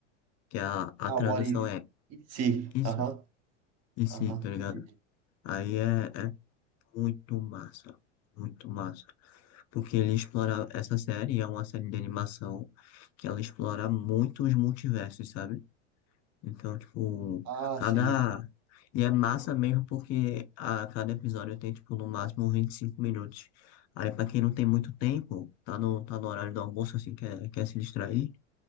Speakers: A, on the left; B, on the right.
A: que é a, a
B: Ah,
A: tradução
B: o Arif.
A: é
B: E se?
A: isso,
B: Aham,
A: e sim,
B: aham,
A: tá ligado?
B: entendi.
A: Aí é, é muito massa, muito massa. Porque ele explora essa série, é uma série de animação que ela explora muito os multiversos, sabe? Então, tipo,
B: Ah,
A: cada.
B: sim.
A: E é massa mesmo porque a cada episódio tem, tipo, no máximo 25 minutos. Aí, pra quem não tem muito tempo, tá no, tá no horário do almoço, assim, quer, quer se distrair,